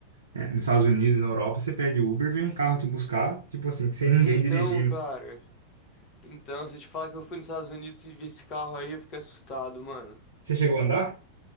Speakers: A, on the right; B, on the left.
A: né, nos Estados Unidos, na Europa, você pede Uber, vem um carro te buscar, tipo assim, sem ninguém
B: Então,
A: dirigindo.
B: cara. Então, se eu te falar que eu fui nos Estados Unidos e vi esse carro aí, eu fiquei assustado, mano.
A: Você chegou a andar?